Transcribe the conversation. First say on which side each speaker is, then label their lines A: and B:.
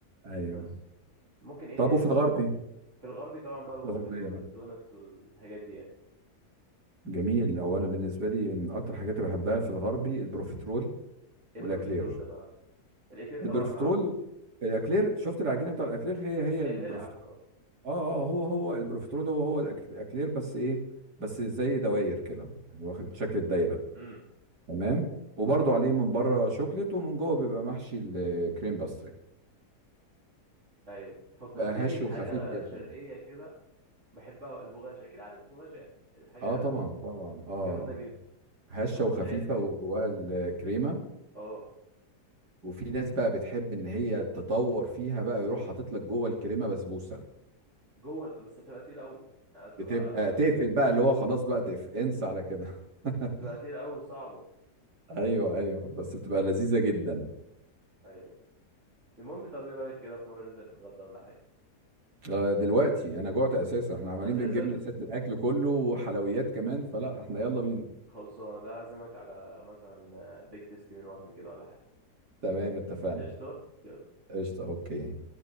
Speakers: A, on the right (about 80°); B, on the right (about 45°).
A: ايوه
B: بس ممكن ايه
A: طب
B: تاني
A: وفي الغربي
B: في الغربي طبعا
A: في
B: بقى الوافل
A: الغربيه
B: والدوناتس
A: بقى
B: والحاجات دي يعني
A: جميل هو انا بالنسبه لي من اكتر حاجات اللي بحبها في الغربي البروفيترول
B: ايه
A: والاكلير
B: بروفيترول ده بقى الاكلير طبعا
A: البروفيترول
B: عارف
A: الاكلير شفت العجينه بتاع الاكلير هي هي
B: الاكلير
A: البروفيترول
B: عارفه
A: اه اه هو هو البروفيترول هو هو الأك- الاكلير بس ايه بس زي دواير كده يعني واخد شكل الدايره
B: امم
A: تمام وبرضو عليه من بره شوكليت ومن جوه بيبقى محشي الكريم باستري
B: ايوه فكرتني
A: بقى هش
B: بحاجه
A: وخفيف جدا
B: شرقيه كده بحبها البغاشه اكيد عارف البغاشه يعني الحاجه
A: اه طبعا طبعا اه
B: جامده جدا
A: هشه
B: طب محشيه
A: وخفيفه
B: كري
A: وجواها الكريمه
B: اه
A: وفي ناس بقى بتحب ان هي تطور فيها بقى يروح حاطط لك جوه الكريمه بسبوسه
B: جوه ال- بس هتبقى تقيله قوي هتبقى
A: بتبقى تقفل بقى اللي هو خلاص بقى تقف انسى على كده <laughs>
B: بتبقى تقيله قوي وصعبه
A: ايوه ايوه بس بتبقى لذيذه جدا
B: ايوه المهم طب ايه رايك كده في مره ننزل نتغدى ولا حاجه
A: آه، دلوقتي انا جوعت اساسا احنا عمالين
B: اساسا
A: بنجيبنا سيره الاكل كله وحلويات كمان فلا احنا يلا بينا
B: خلصانه تعالى اعزمك على مثلا بيك تيستي من وهمي كده ولا حاجه
A: تمام اتفقنا
B: قشطه يلا
A: قشطه اوكي